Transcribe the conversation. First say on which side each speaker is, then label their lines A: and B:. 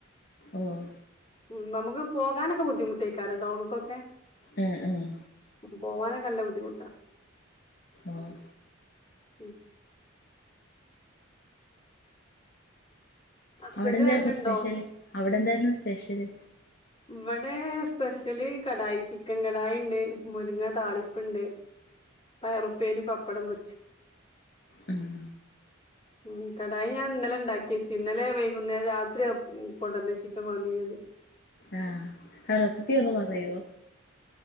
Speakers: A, on the left; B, on the left.
A: ഓഹ് ഓഹ്
B: ഉം നമുക്ക് പോകാനൊക്കെ ബുദ്ധിമുട്ടേക്കാരം റ്റൗണ്ക്കൊക്കെ.
A: ഉം ഉം.
B: ഉം പോവാനൊക്കെ നല്ല ബുദ്ധിമുട്ടാ.
A: ഓഹ്.
B: ഉം. ഹസ്ബന്റ്
A: അവിടെ എന്താര്ന്നു
B: വരല്ണ്ടോ
A: സ്പെഷ്യല് അവിടെ എന്താര്ന്നു സ്പെഷ്യല്?
B: ഇവടെ സ്പെഷ്യല് കടായി ചിക്കൻ കടായി ണ്ട് മുരിങ്ങ താളിപ്പ്ണ്ട്. പയറുപ്പേരിം പപ്പടം പൊരിച്ചോ
A: ഉം
B: ഉമ് കടായി ഞാൻ ഇന്നലെ ഇണ്ടാക്കിയെച്ച് ഇന്നലെ വൈകുന്നേ രാത്രി അമ് കൊണ്ടുവന്ന ചിക്കൻ ചിക്കെൻ കൊടുന്നീനത്. <inaudible>
A: ആഹ് ആ റെസിപ്പി ഒന്നു പറയോ?